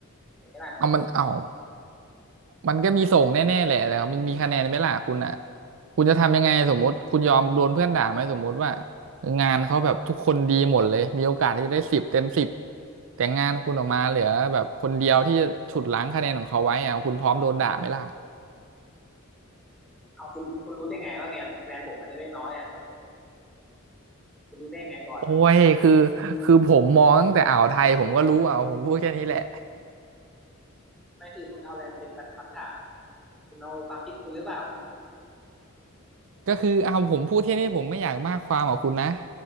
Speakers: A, in the centre; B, on the right (about 65°).
A: เห็นไหมล่ะ
B: เอามันเอา มันก็มีส่งแน่ๆแหละแต่มันมีคะแนนไหมล่ะคุณอ่ะคุณจะทำยังไงสมมติคุณยอมโดนเพื่อนด่าไหมสมมติว่างานเขาแบบทุกคนดีหมดเลยมีโอกาสที่จะได้สิบเต็มสิบแต่งานคุณออกมาเหลือแบบคนเดียวที่จะฉุดล้างคะแนนของเขาไว้อ่ะคุณพร้อมโดนด่าไหมล่ะ
A: เอาคุณคุณรู้ได้ไงว่าไงคะแนนผมมันจะได้น้อยอ่ะมันคุณรู้ได้ยังไงก่อน
B: โอ้ยคือคือผมมองตั้งแต่อ่าวไทยผมก็รู้อ่ะผมพูดแค่นี้แหละ
A: ไม่คือคุณเอาอะไรมาเป็นบรรทัดฐานคุณเอาความคิดคุณหรือเปล่า
B: ก็คือเอาผมพูดที่นี่ผมไม่อยากมากความกับคุณนะ